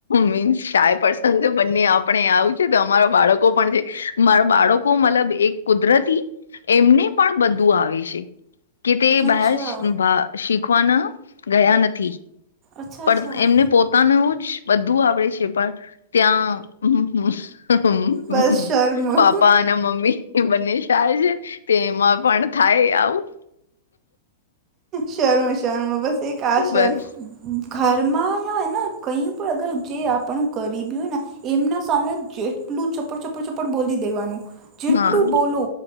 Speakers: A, on the left; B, on the right.
A: મીન્સાય પસંદ બંને આપણે આવ તે તમારા બાળકો પણ છે મારા બાળકો મતલબ એક કુદરતી એમને પણ બધું આવે છે કે તે બહાશ
B: અચ્છા
A: ભા શીખવાના ગયા નથી
B: અચ્છા
A: પણ
B: અચ્છા
A: એમને પોતાનું જ બધું આવડે છે પણ ત્યાં હહ હુહુ
B: બસ શર્મ
A: પાપા અને મમ્મી એ બંને શાય છે તે એમાં પણ થાય આવું
B: શર્મ શર્મ બસ એક આશ
A: બસ
B: ઘરમાં જાય ન કઈ પણ અગર જે આપણું કરીબી હોય ન એમના સામે જેટલું ચપ્પર ચપ્પર ચપ્પડ બોલી દેવાનું જેટલું
A: હા
B: બોલુ